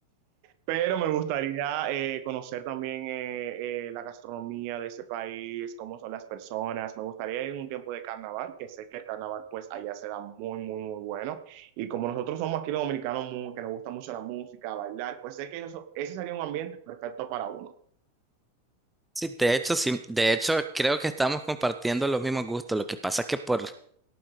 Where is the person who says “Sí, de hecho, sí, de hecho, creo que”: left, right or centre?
Centre